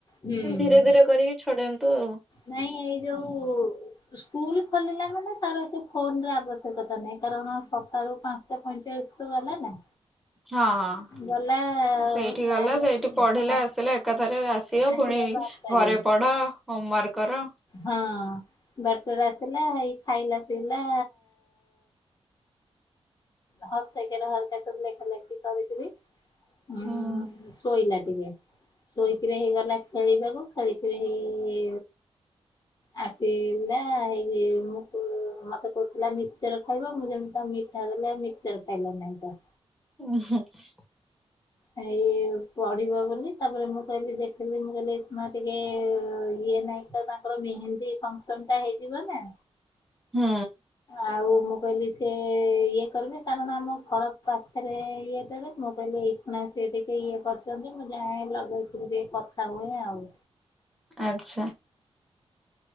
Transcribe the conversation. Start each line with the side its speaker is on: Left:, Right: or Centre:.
Left: ହୁଁ
Centre: ଧୀରେ ଧୀରେ କରିକି ଛଡାନ୍ତୁ। ଆଉ
Left: ନାଇଁ ଏଇ ଯୋଉ ସ୍କୁଲ ଖୋଲିଲା ମାନେ ତାର ଏତେ ଫୋନ ଆବଶ୍ୟକତା ନାହିଁ କାରଣ ସକାଳୁ ପା ପାଞ୍ଚ ଟା ପଇଁଚାଳିଶି ରୁ ଗଲା ନା।
Centre: ହଁ ହଁ
Left: ଗଲା
Centre: ସେଇଠି ଗଲା
Left: ଆଉ
Centre: ସେଇଠି ପଢିଲା
Left: ହଁ
Centre: ଆସିଲା ଏକାଥରେ ଆସିବ
Left: ଆସିଲା
Centre: ପୁଣି
Left: ବାରଟାରେ
Centre: ଘରେ ପଢ ହୋମ ୱାର୍କ କର।
Left: ହଁ ବାଟରେ ଆସିଲା ହେଇ ଖାଇଲା ପିଇଲା ହସେଇ କାର ହେରିକା ସବୁ ଲେଖା ଲେଖି କରୁଥିଲି ଉଁ
Centre: ହୁଁ
Left: ଶୋଇଲା ଟିକେ। ଶୋଇକେରି ହେଇଗଲା ଖେଳିବାକୁ ଖେଳିଖେଳି ହେଇ ଆସିଲା ହେଇ ମତେ ମତେ କହୁଥିଲା ମିକଚର ଖାଇବ ମୁଁ ଯେମିତି ତା ମିଠା ଦେଲେ ଆଉ ମିକଚର ଖାଇଲା ନାହିଁ ତ।
Centre: <unintelligible>
Left: ଏଇ ପଢିବ ବୋଲି ତାପରେ ମୁଁ କହିଲି ଦେଖିଲି ମୁଁ କହିଲି ଏଇ କ୍ଷୀଣା ଟିକେ ଇଏ ନାହିଁ ତ ତାଙ୍କର ମେହେନ୍ଦୀ ଫଙ୍କସନ ଟା ହେଇଯିବ ନା।
Centre: ହୁଁ।
Left: ଆଉ ମୁଁ କହିଲି ସିଏ ଇଏ କରିବେ କାରଣ ଆମ ଖରାପ୍ ଭାଶାରେ ଇଏ କରିବେ। ମୁଁ କହିଲି ଏଇକୁଣା ସିଏ ଟିକେ ଇଏ କରିଛନ୍ତି ମୁଁ ଯାଏ ଲଗେଇକି ଟିକେ କଥା ହୁଏ ଆଉ।
Centre: ଆଚ୍ଛା।